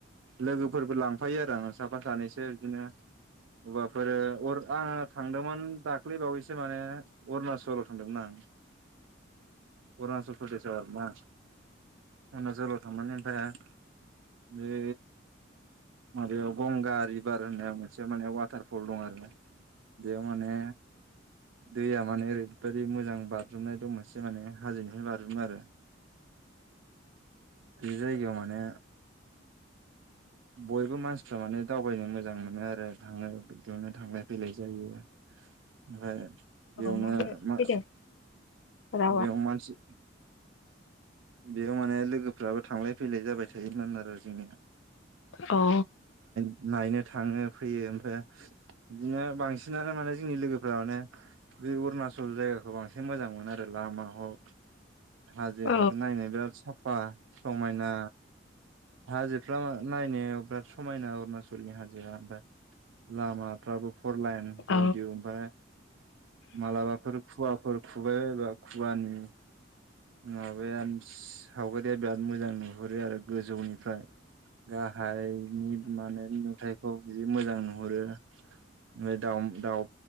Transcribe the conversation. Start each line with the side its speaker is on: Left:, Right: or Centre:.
Right: लोगोफोरबो लांफायो आरो आं साफा सानैसो बिदिनो अबाफोरो अर आङो थांदोंमोन दाख्लै बावैसो माने अरुणाचल थांदोंना आं अरूणाचल प्रदेसाव आरो ना अरुणाचलाव थांनानै ओमफ्राय बे माबायाव गंगा रिभार होननाय मोनसे माने वाटारफल दं आरोना बेयाव माने दैया माने ओरै बेबायदि मोजां बाज्रुमनाय दं मोनसे माने हाजोनिफ्राय बाज्रुमो आरो बे जायगायाव माने बयबो मानसिफ्रा माने दावबायनो मोजां मोनो आरो थाङो बिदियावनो थांलाय फैलाय जायो ओमफ्राय बेयावनो
Left: औ माबोरै
Right: म
Left: फैदों रावा?
Right: बेयाव मानसि बेयाव माने लोगोफ्राबो थांलाय फैलाय जाबाय थायोमोन आरो जोंनिया
Left: औ
Right: नायनो थाङो फैयो ओमफ्राय बिदिनो बांसिनानो माने जोंनि लोगोफ्रा माने बे अरुणाचल जायगाखौ बांसिन मोजां मोनो आरो लामा हक हाजो
Left: औ
Right: हक नायनो बिराद साफा समायना हाजोफ्रा नायनायाव बिराद समायना अरुणाचलनि हाजोआ ओमफ्राय लामाफ्राबो फर लाइ
Left: औ
Right: दिउदिउ ओमफ्राय मालाबाफोर खुवाफोर खुबाय बायबा खुवानि माबाया सावगारिया बिराद मोजां नुहुरो आरो गोजौनिफ्राय गाहायनि माने नुथाय खौ जि मोजां नुहुरो ओमफ्राय दाउ दाउ